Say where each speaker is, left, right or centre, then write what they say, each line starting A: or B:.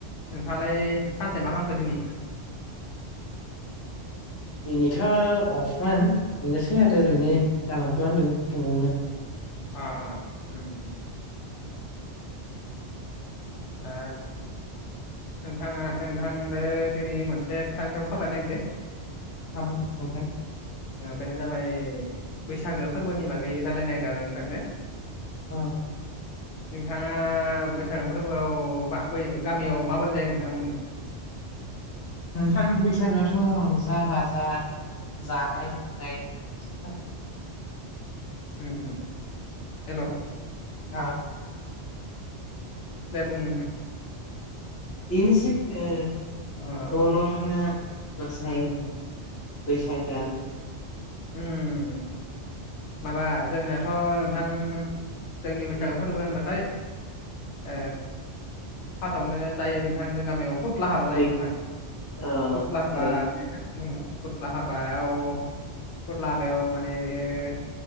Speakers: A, on the left (about 80°); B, on the left (about 20°).
A: नोंथांङालाय सानसे मा खामखो दिनि?
B: दिनैथ' अफमोन बिनोसै आरो ओरैनो जालांफालांदों रुमावनो।
A: अ अ उम। ओ नोंथाङा नोंथांदो दिनै मोनसे खोथानि सायाव सावरायनो नागिरदों।
B: मामोन नोंथां।
A: बेनो जाबाय बैसागो फोरबोनि बागै रायलायनो नायगिरदो नोंथांदो।
B: अ।
A: नोंथाङा बैसागो फोरबोआव बा बै गामियाव माबोरै जायो नोंथांमोननि।
B: नोंथां बैसागोआथ' रंजा-बाजा जानाय लोंनाय बेसै आरो
A: उम हेल'।
B: आ
A: दे बुं नोंथां।
B: बेनोसै ओ
A: अ
B: न' न' थांनो मोसायो।
A: उम
B: बैसाग दान।
A: उम। माबा जोंनियाथ' नोंथां जोंनि बैसागो फोरबो होनबाथाय। ओ फार्टआवनो जायो नोंथां जों गामियाव बु फुथ्ला हाबा जायो
B: बै
A: नोंथां
B: ओ
A: फुथ्ला हाबा
B: आरो
A: फुथ्ला हाबायाव फुथ्ला हाबायाव माने बेयो